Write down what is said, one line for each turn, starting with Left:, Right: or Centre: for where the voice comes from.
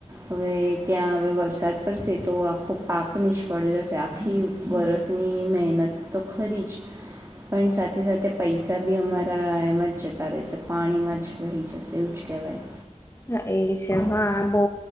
Right: હવે ત્યાં હવે વરસાદ પડશે તો આખો પાક નિષ્ફળ જશે આખી વરસની મહેનત તો ખરી જ પણ સાથે સાથે પૈસા બી અમારા એમ જ જતા રહેશે પાણીમાં જ વહી જશે એવું જ કહેવાય
Left: હ એ છે હા બહુ